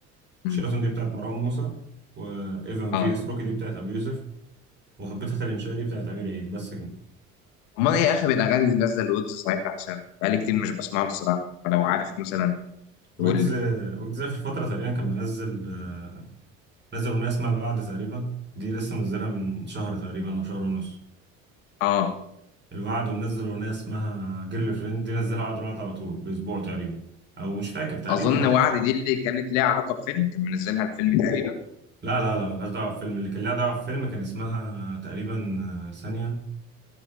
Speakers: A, on the right (about 25°); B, on the left (about 65°).
A: شيراتون
B: أمم.
A: دي بتاعت مروان موسى وإيفان
B: اه
A: في إس روكي دي بتاعت أبي يوسف وحبيت الانشاء دي بتاعت امير عيد بس كده
B: امال ايه اخر الاغاني اللي نازله الويبز صحيح عشان بقالي كتير مش بسمع له الصراحه فلو عارف مثلا
A: ويجز
B: قول لي
A: ويجز اخر فتره تقريبا كان منزل آه، نزل اغنيه اسمها الوعد تقريبا دي لسه منزلها من شهر تقريبا او شهر ونص
B: اه
A: الوعد ومنزل اغنيه اسمها جيرل فريند دي نزلها بعد الوعد على طول باسبوع تقريبا او مش فاكر تقريبا
B: اظن
A: اه
B: وعد
A: باسبوع
B: دي اللي كانت ليها علاقه بفيلم كان منزلها الفيلم تقريبا
A: لا لا لا ملهاش دعوه بفيلم اللي كان لها دعوه بفيلم كان اسمها تقريبا آه، ثانيه